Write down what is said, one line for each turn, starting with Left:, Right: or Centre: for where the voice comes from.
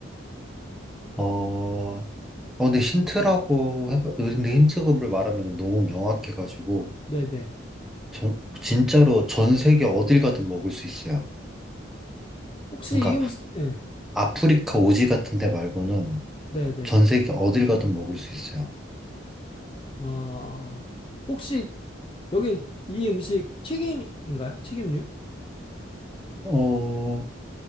Centre: 어, 어, 근데 힌트라고 해봐, 근데 힌트급을 말하면 너무 명확해가지고,
Left: 네, 네.
Centre: 정, 진짜로 전 세계 어딜 가든 먹을 수 있어요.
Left: 혹시
Centre: 그러니까
Left: 이 음식, 예,
Centre: 아프리카 오지 같은 데 말고는
Left: 네, 네.
Centre: 전 세계 어딜 가든 먹을 수 있어요.
Left: 아... 혹시 여기 이 음식 튀김인가요? 튀김류?
Centre: 어,